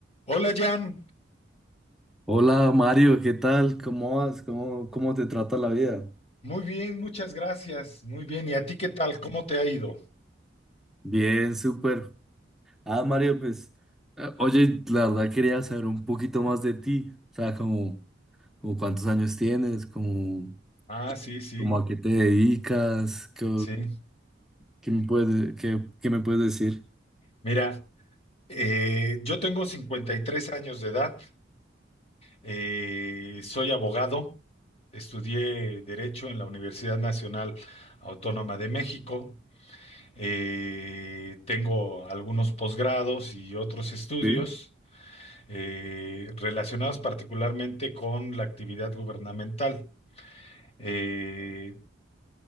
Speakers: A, on the left (about 35°); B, in the centre.
A: Hola Jan,
B: Hola Mario, ¿qué tal? ¿Cómo vas? ¿Cómo, cómo te trata la vida?
A: muy bien, muchas gracias, muy bien. ¿Y a ti qué tal? ¿Cómo te ha ido?
B: Bien, súper. Ah, Mario, pues, eh, oye, la verdad quería saber un poquito más de ti, o sea, como, como cuántos años tienes, como,
A: Ah, sí, sí,
B: como a qué te dedicas, qué,
A: sí.
B: qué me puedes, qué, qué me puedes decir.
A: Mira, eh, yo tengo 53 años de edad, eh, soy abogado, estudié Derecho en la Universidad Nacional Autónoma de México, eh, tengo algunos posgrados y otros estudios
B: Sí.
A: eh, relacionados particularmente con la actividad gubernamental. Eh,